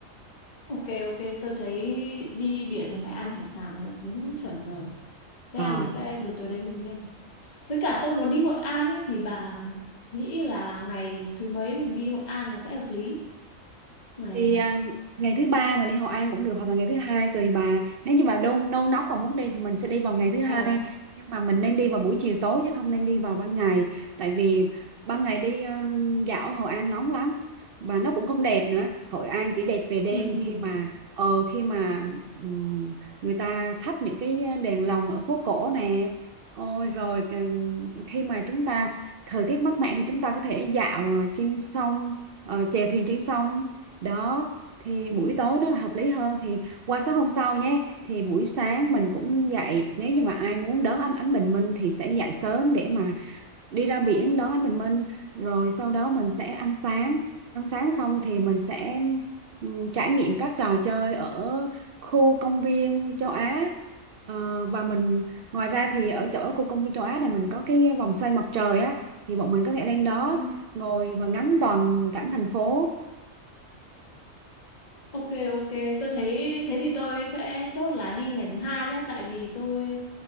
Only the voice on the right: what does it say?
rồi
thì
à, ngày thứ ba mình đi Hội An cũng được hoặc là ngày thứ hai tùy bà nếu như bà đông nôn nóng và muốn đi thì mình sẽ đi vào ngày thứ hai
nhưng mà mình nên đi vào buổi chiều tối chứ không nên đi vào ban ngày tại vì ban ngày đi ờ, dạo Hội An nóng lắm và nó cũng không đẹp nữa Hội An chỉ đẹp về đêm
khi mà ờ khi mà ừm, người ta thắp những cái đèn lồng ở phố cổ nè ôi rồi ờ, khi mà chúng ta thời tiết mát mẻ thì chúng ta có thể dạo trên sông ờ, chèo thuyền trên sông đó thì buổi tối nó là hợp lý hơn thì qua sáng hôm sau nhé thì buổi sáng mình cũng dậy nếu như mà ai muốn đón ánh ánh bình minh thì sẽ dậy sớm để mà đi ra biển đón ánh bình minh rồi sau đó mình sẽ ăn sáng ăn sáng xong thì mình sẽ ừ, trải nghiệm các trò chơi ở khu công viên châu Á Ờ, và mình ngoài ra thì ở chỗ khu công viên châu Á này mình có cái vòng xoay mặt trời á thì bọn mình có thể lên đó
ngồi và ngắm toàn cảnh thành phố